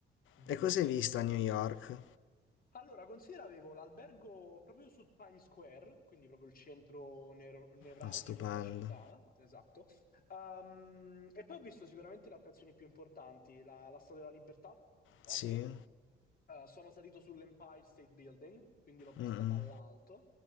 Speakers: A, on the left; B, on the left.
A: bellissimo
B: E cosa hai visto
A: davvero.
B: a New York?
A: Allora, considera avevo l'albergo proprio su Times Square, quindi proprio il centro nero- nevralgico
B: Ma stupendo.
A: della città, esatto. Ehm, e poi ho visto sicuramente le attrazioni più importanti, la, la Statua della Libertà, ovvio,
B: Sì?
A: eh, sono salito sull'Empire State Building, quindi l'ho vista
B: Mm-mm.
A: dall'alto.